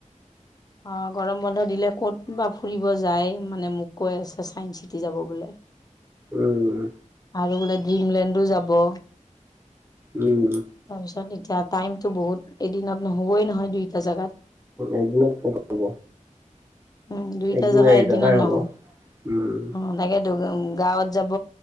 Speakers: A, on the left; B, on the right.
A: অ', গৰম বন্ধ দিলে ক'ত বা ফুৰিব যায়, মানে মোক কৈ আছে, ছাইন চিটি যাব বোলে৷
B: উম
A: আৰু বোলে ড্ৰিমলেণ্ডো যাব৷
B: উম
A: তাৰ পিছত এতিয়া টাইমতো বহুত, এদিনত নহ'বই নহয় দুইটা জোগাত৷
B: এদিনত ক'ত হ'ব!
A: উম, দুইটা
B: একদিনৰ
A: জেগা
B: এক
A: এদিনত
B: জাগাই হ'ব
A: নহ'ব,
B: উম
A: অ' তাগে গাঁৱত যাব,